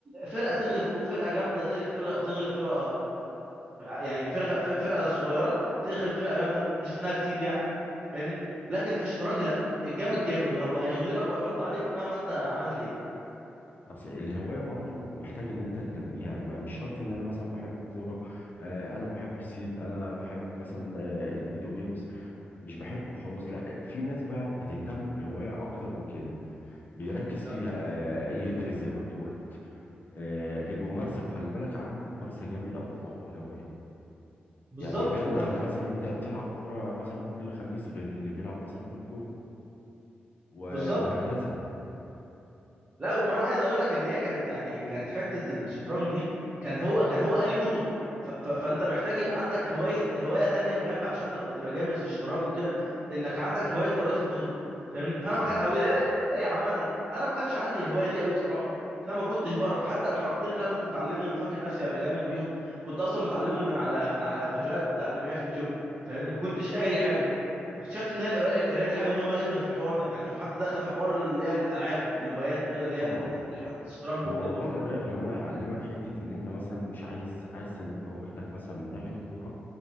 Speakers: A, on the right; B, on the left.
A: فرقه تغلب فرقه جامده تغلب فرقه تغلب فرقه يعني فرقه فرقه صغيره تغلب فرقه جامده دي شفناها كتير يعني فاهمني لكن في الشطرنج لا الجامد جامد وه- وهيغلبك وهيحط عليك مهما انت عملت ايه
B: بس الهوايه برضو محتاج ان انت تنميها ما مش شرط ان انا مثلا بحب الكوره آه انا بحب الصيد انا بحب مثلا آه الفيديو جيمز مش بحبه
A: مم.
B: خلاص لا في ناس بقى بتهتم بالهواية اكتر من كده بيركز فيها
A: اه
B: آه، يدرس زي ما انت قلت آه، الممارسة وخلي بالك عامل الممارسة جامد قوي في موضوع الهواية
A: بالظبط
B: يعني غيرنا
A: وكمان
B: احنا مثلا انت بتلعب كرة مثلا كل خميس غير اللي بيلعب مثلا كل يوم و-
A: بالظبط
B: وهكذا
A: بالظبط لا وكمان عايز اقول لك ان هي كانت يعني كانت حته الشطرنج دي كان هو كان هو قاري كتب ف ف فانت محتاج يبقى عندك هوايه هوايه تانية بجنب عشان تبقى تبقى جامد في الشطرنج وكده انك عندك هوايه قرايه الكتب فاهمني
B: بالظبط
A: فانا ما كان او القرايه القراية عامه انا ما كانش عندي الهوايه دي قوي بصراحه فما كنتش بقرا حتى الحركتين اللي انا كنت متعلمهم وفاكر نفسي ابقى جامد بيهم كنت اصلا متعلمهم من على من على فيديوهات تعليميه في يوتيوب فاهمني ما كنتش قاري حاجه فاكتشفت ان هي القرا- القرايه دي حاجه مهمه جدا في الحوار ده يعني شوف حتى داخله في حوار اللي هي الالعاب والهوايات وكده اللي هي
B: طبعا
A: ال- الحاجات الشطرنج
B: وموضوع
A: وكده
B: القراية كمان هيعلمك حتة ان انت مثلا مش عايز عايز تنمي هوايتك مثلا من ناحية الكورة